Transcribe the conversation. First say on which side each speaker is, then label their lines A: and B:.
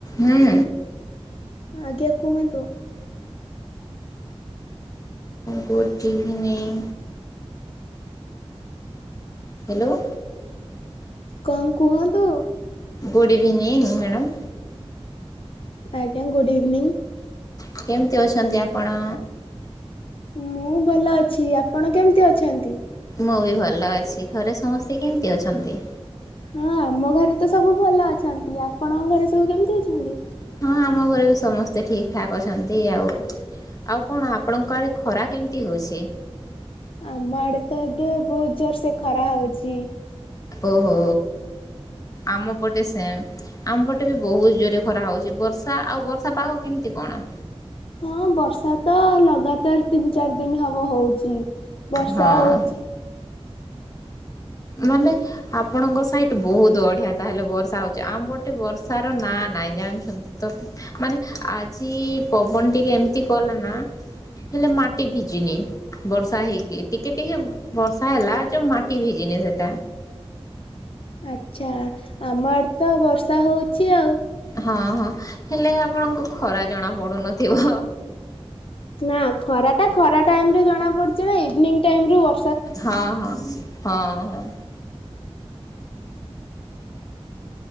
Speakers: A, on the left; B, on the left.
A: ହୁଁ।
B: ଆଜ୍ଞା କୁହନ୍ତୁ।
A: ଗୁନ୍ତୁ ଗୁଡ ଇଭିନିଂ। ହ୍ୟାଲୋ।
B: କଣ କୁହନ୍ତୁ?
A: Good evening madam.
B: ଆଜ୍ଞା ଗୁଡ୍ ଇଭିନିଂ।
A: କେମିତି ଅଛନ୍ତି ଆପଣ?
B: ମୁଁ ଭଲ ଅଛି ଆପଣ କେମିତି ଅଛନ୍ତି?
A: ମୁଁ ବି ଭଲ ଅଛି ଘରେ ସମସ୍ତେ କେମିତି ଅଛନ୍ତି?
B: ହଁ ଆମ ଘରେ ତ ସବୁ ଭଲ ଅଛନ୍ତି। ଆପଣଙ୍କ ଘରେ ସବୁ କେମିତି ଅଛନ୍ତି।
A: ହଁ ଆମ ଘରେ ବି ସମସ୍ତେ ଠିକ ଠାକ୍ ଅଛନ୍ତି ଆଉ ଆଉ କଣ ଆପଣଙ୍କ ଆଡ ଖରା କେମିତି ହଉଛି।
B: ଆମ ଆଡେ ତ ଏବେ ବହୁତ ଜୋର ସେ ଖରା ହଉଛି।
A: ଓହୋ ଆମ ପଟେ ସେମ୍ ଆମପଟେ ବି ବହୁତ ଜୋରେ ଖରା ହଉଛି। ବର୍ଷା ଆଉ ବର୍ଷା ପାହା କେମିତି କଣ?
B: ହଁ ବର୍ଷା ତ ଲଗାତାର ତିନି ଚାରି ଦିନ ହବ ହଉଛି। ବର୍ଷା
A: ହଁ
B: ହଉଚି।
A: ମାନେ ଆପଣଙ୍କ ସାହିଠୁ ବହୁତ ବଢିଆ ତାହେଲେ ବର୍ଷା ହଉଛି ଆମ୍ୱ ପଟେ ବର୍ଷାର ନା ନାଇଁ ଜାଣିଛନ୍ତି ତ ମାନେ ଆଜି ପବନ ଟିକେ ଏମିତି କଲା ନା ହେଲେ ମାଟି ଭିଜୁନି ବର୍ଷା ହେଇକି ଟିକେ ଟିକେ ବର୍ଷା ହେଲା ଯୋଉ ମାଟି ଭି ଜିନିଷ ଟା।
B: ଆଛା। ଆମ ଆଡ଼େ ତ ବର୍ଷ ତା ହେଉଛି ଆଉ।
A: ହଁ ହଁ ହେଲେ ଆପଣଙ୍କୁ ଖରା ଜଣା ପଡୁନଥିବ।
B: ନା ଖରା ଟା ଖରା ଟାଇମ ରେ ଜଣା ପଡଛି ନା ଇଭିନିଂାଟାଇମ ରୁ ବ
A: ହଁ ହଁ ହଁ। ହଁ